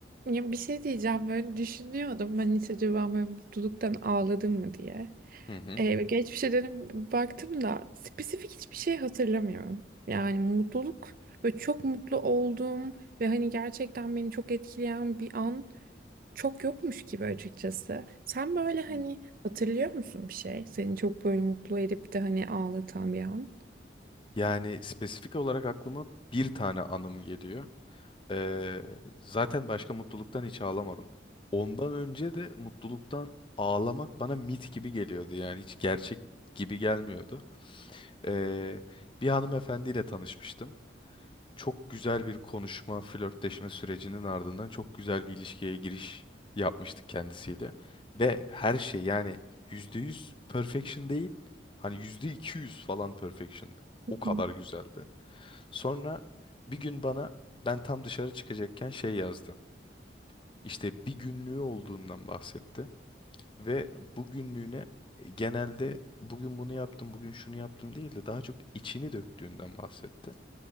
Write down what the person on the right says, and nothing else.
Ya bir şey diyeceğim böyle düşünüyordum ben hiç acaba böyle mutluluktan ağladım mı diye.
Ee, geçmişe dönüp baktım da spesifik hiçbir şey hatırlamıyorum. Yani mutluluk ve çok mutlu olduğum ve hani gerçekten beni çok etkileyen bir an çok yokmuş gibi açıkçası. Sen böyle hani
hatırlıyor musun bir şey? Seni çok böyle mutlu edip de hani ağlatan bir an?
Hı,